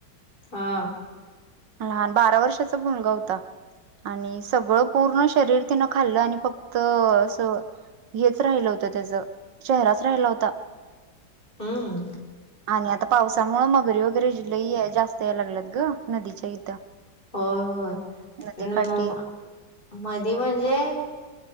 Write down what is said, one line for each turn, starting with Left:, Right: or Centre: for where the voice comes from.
Left: हा.
Right: लहान बारा वर्षाचा मुलगा होता. आणि सगळं पूर्ण शरीर तेनं खाल्लं आणि फक्त अस -- हेच राहिलं होतं त्याच चेहराच राहिला होता
Left: हम्म
Right: आणि आता- - पावसामुळे मगरी वगैरे लई जास्त यायलागल्यात ग नदीच्या इथं.
Left: होय. होय.
Right: नदीकाठी
Left: म मधी म्हणजे